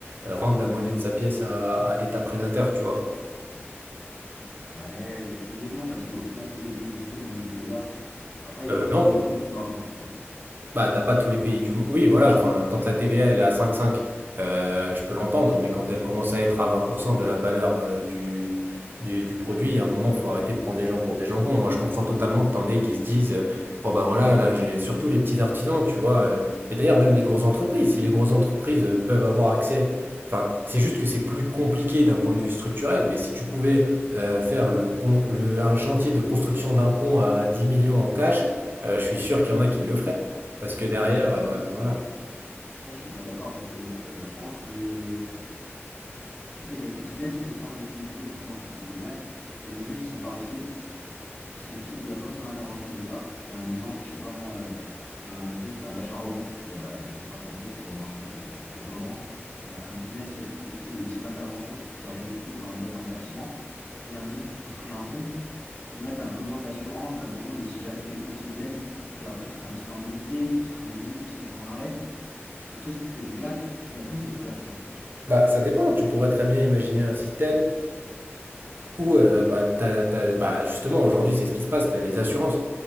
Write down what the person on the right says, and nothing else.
euh, rendre la monnaie de sa pièce à, à l'État prédateur, tu vois?
Euh,
non.
Bah, t'as pas tous les pays du monde. Oui, voilà, enfin, quand la TVA elle est à cinq virgule cinq, euh, je peux l'entendre, mais quand elle commence à être à 20% de la valeur euh, du, du, du produit, il y a un moment, faut arrêter de prendre les gens pour des jambons. Moi, je comprends totalement que t'en aies qui se disent, euh, bon, bah voilà, là, j'ai surtout les petits artisans, tu vois. euh, mais d'ailleurs, même les grosses entreprises, si les grosses entreprises euh, peuvent avoir accès. Enfin, c'est juste que c'est plus compliqué d'un point de vue structurel, mais si tu pouvais euh, faire le, con- le- un chantier de construction d'un pont à 10 millions en cash, euh, je suis sûr qu'il y en a qui le feraient. Parce que derrière,
heu,
voilà.
Bah, ça dépend, tu pourrais très bien imaginer un système où, heu, bah, t'as, as bah, justement, aujourd'hui, c'est ce qui se passe, tu as les assurances.